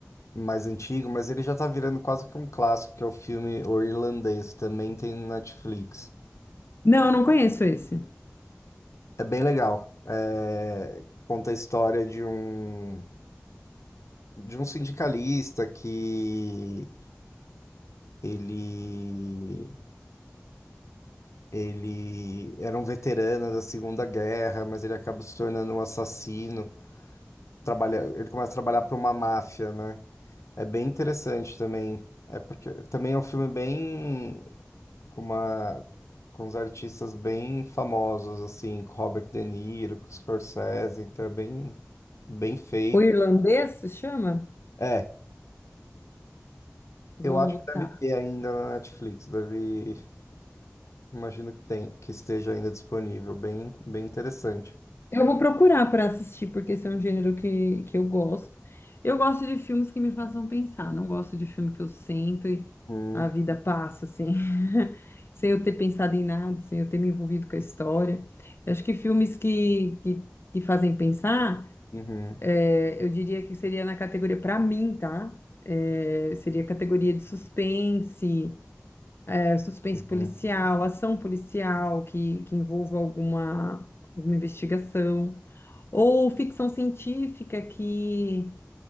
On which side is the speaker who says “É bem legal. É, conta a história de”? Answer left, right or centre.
Left